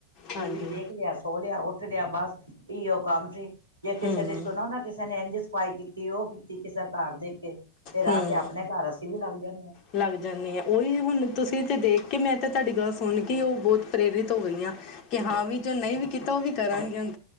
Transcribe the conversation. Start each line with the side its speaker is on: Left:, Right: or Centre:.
Right: ਟੀ
Left: ਹਾਂਜੀ
Right: ਵੀ ਦੇਖ ਲਿਆ ਖੋ ਲਿਆ ਉੱਠ ਲਿਆ ਬਸ ਇ ਉਹ ਕੰਮ ਸੀ ਜੇ ਕਿਸੇ
Left: ਹੂੰ
Right: ਦੀ ਸੁਣੋ ਨਾ ਕਿਸੇ ਨੇ ਇੰਝ ਸਫਾਈ ਕੀਤੀ ਕੀ ਉਹ ਕੀਤੀ ਕਿਸੇ ਘਰ ਦੇਖ ਕੇ, ਫਿਰ
Left: ਹੂੰ
Right: ਆ ਕੇ ਆਪਣੇ ਘਰ ਅਸੀਂ ਵੀ ਲੱਗ ਜਾਂਦੇ ਹਾਂ
Left: ਲੱਗ ਜਾਂਦੇ ਆ ਉਹੀ ਹੁਣ ਤੁਸੀਂ ਤੇ ਦੇਖ ਕੇ ਮੈਂ ਤਾਂ ਤੁਹਾਡੀ ਗੱਲ ਸੁਣ ਕੇ ਉਹ ਬਹੁਤ ਪ੍ਰੇਰਿਤ ਹੋ ਗਈ ਆ ਕਿ ਹਾਂ ਵੀ ਜੋ ਨਹੀਂ ਵੀ ਕੀਤਾ ਉਹ ਵੀ ਕਰਾਂਗੇ ਹੁਣ